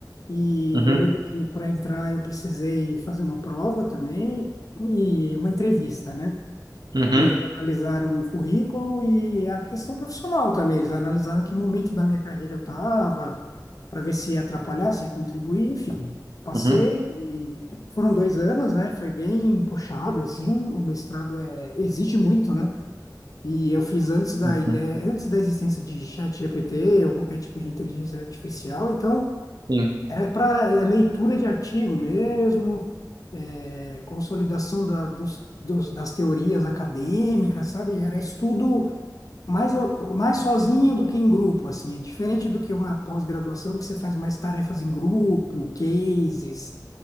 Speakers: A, on the left; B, on the right.
A: e
B: Uhum,
A: eu lembro que para entrar eu precisei fazer uma prova também e uma entrevista, né?
B: uhum,
A: E eles analisaram o currículo e a questão profissional também. Eles analisaram que momento da minha carreira eu estava, para ver se ia atrapalhar, se ia contribuir, enfim. Passei
B: uhum,
A: e foram dois anos, né? Foi bem puxado, assim. O mestrado é, exige muito, né? E eu fiz antes da
B: uhum,
A: ideia, antes da existência de ChatGPT ou qualquer tipo de inteligência artificial. Então,
B: sim.
A: era para leitura de artigo mesmo é, consolidação da, dos, dos- das teorias acadêmicas, sabe? Era estudo mais, mais sozinho do que em grupo, assim. É diferente do que uma pós-graduação que você faz mais tarefas em grupo, cases.